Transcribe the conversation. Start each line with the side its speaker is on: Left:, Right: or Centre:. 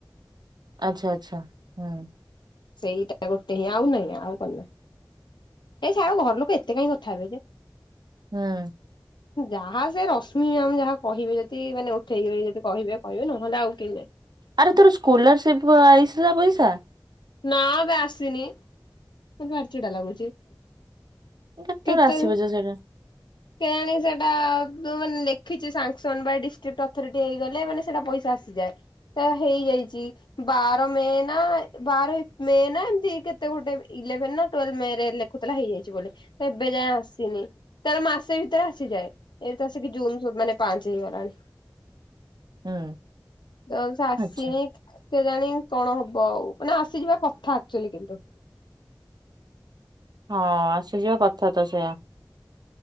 Right: ଆଚ୍ଛା ଆଚ୍ଛା। ହୁଁ
Left: ସେଇଟା ଗୋଟେ ହିଁ ଆଉ ନାହିଁ ଆଉ କ ଏାଇ ସିଆଡ ଘର ଲୋକ ଏତେ କାହିଁ କଥା ହେବେ ଯେ।
Right: ହୁଁ।
Left: ଯାହା ସେ ରଶ୍ମିମ ଯାହା କହିବେ ଯଦି ମାନେ ଉଠେଇକି ର ଯଦି କହିବେ କହିବେ ନହେଲେ ଆଉ କେହି
Right: ଆରେ ତୋର ସ୍କଲରସିପ ଆଇସିଲା ପଇସା?
Left: ନା ବେ ଆସିନି ଭରି ଚିଡା ଲାଗୁଛି।
Right: କେତେବେଳେ
Left: କେତେ
Right: ଆସିବ ଯେ ସେଇଟା?
Left: କେଜାଣି ସେଟା ତ ମାନେ ଲେଖିଛି ସାଙ୍ସନ ବା ଏ ଡିଷ୍ଟ୍ରିକଟ ଅଥରିଟି ହେଇଗଲେ ମାନେ ସେଟା ପଇସା ଆସିଯାଏ। ତ ହେଇଯାଇଛି ବାର ମେ ନା ବାର ମେ ନା ଏମତି କେତେ ଗୋଟେ ଇଲେଭେନ ନା ଟୁଏଲଭେ ମେ ରେ ଲେଖୁଥିଲା ହେଇଯାଇଛି ବୋଲି ତ ଏବେ ଯାଏଁ ଆସିନି। ତାର ମାସେ ଭିତରେ ଆସିଯାଏ, ଏଇ ତ ଆସିକି ଜୁନ ମାନେ ପାଞ୍ଚ ହେଇଗଲାଣି।
Right: ହୁଁ
Left: ଜ ସେ ଆସିନି।
Right: ଆଚ୍ଛା।
Left: କେଜାଣି କଣ ହବ ଆଉ ମାନେ ଆସିଯିବା କଥା ଆକ୍ଚୁଲି କିନ୍ତୁ।
Right: ହଁ ଆସିଯିବା କଥା ତ ସେଇୟା।